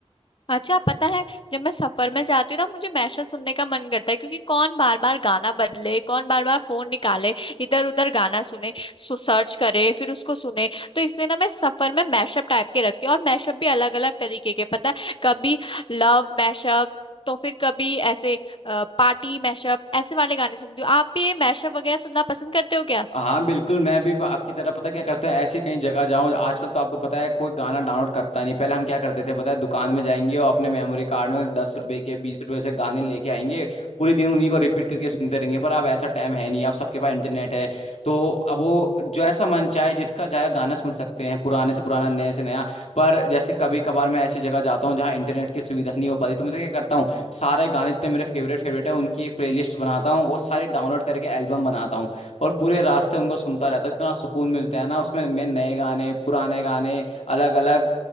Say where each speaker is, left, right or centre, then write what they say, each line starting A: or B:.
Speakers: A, on the left; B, on the left.
A: अच्छा पता है जब मैं सफर में जाती हूँ ना मुझे मैशअप सुनने का मन करता है क्योंकि कौन बार बार गाना बदले कौन बार बार फोन निकाले इधर उधर गाना सुने सु सर्च करे फिर उसको सुने तो इसलिए ना मैं सफर में मैशअप टाइप के रखती हूँ और मैशअप भी अलग अलग तरीके के पता है कभी लव मैशअप तो फिर कभी ऐसे पार्टी मैशअप ऐसे वाले गाने सुनती हूँ आप भी ये मैशअप वगैरह सुनना पसंद करते हो क्या
B: हाँ बिल्कुल मैं भी आपकी तरह पता क्या करता है ऐसी कहीं जगह जाऊँ आजकल तो आपको पता है कोई गाना डाउनलोड करता नहीं पहले हम क्या करते थे पता है दुकान में जाएंगे और अपने मेमोरी कार्ड में दस रुपए के बीस रुपए से गाने लेके आएंगे पूरे दिन उन्हीं को रिपीट करके सुनते रहेंगे पर अब ऐसा टाइम है नहीं अब सबके पास इंटरनेट है तो अब वो जो ऐसा मन चाहे जिसका चाहे गाना सुन सकते हैं पुराने से पुराना नए से नया पर जैसे कभी कभार मैं ऐसी जगह जाता हूँ जहाँ इंटरनेट की सुविधा नहीं हो पाती तो मैं तो क्या करता हूँ सारे गाने जितने मेरे फेवरेट फेवरेट है उनकी एक प्लेलिस्ट बनाता हूँ वो सारे डाउनलोड करके एल्बम बनाता हूँ और पूरे रास्ते उनको सुनता रहता है इतना सुकून मिलता है ना उसमें मैं नए गाने पुराने गाने अलग अलग